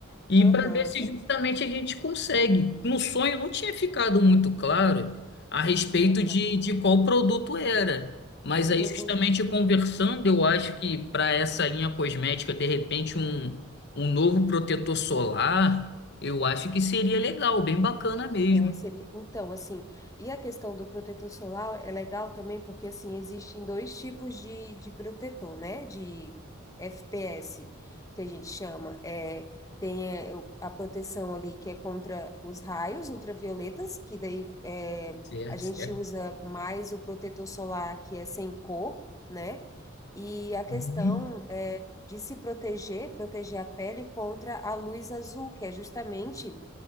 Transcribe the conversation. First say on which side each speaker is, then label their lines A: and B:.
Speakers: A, on the left; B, on the left.
A: E
B: aham,
A: para ver se justamente a gente consegue. No sonho não tinha ficado muito claro a respeito
B: aham.
A: de, de qual produto era. Mas
B: Qual
A: aí,
B: produto?
A: justamente conversando, eu acho que para essa linha cosmética, de repente, um, um novo protetor solar, eu acho que seria legal, bem bacana mesmo.
B: É, seria, então, assim, e a questão do protetor solar é legal também porque, assim, existem dois tipos de, de protetor, né? De FPS, que a gente chama. É, tem é, o- a proteção ali que é contra os raios ultravioletas, que daí é,
A: Certo,
B: a gente
A: certo.
B: usa mais o protetor solar que é sem cor, né? E a questão
A: Uhum.
B: é de se proteger, proteger a pele contra a luz azul, que é justamente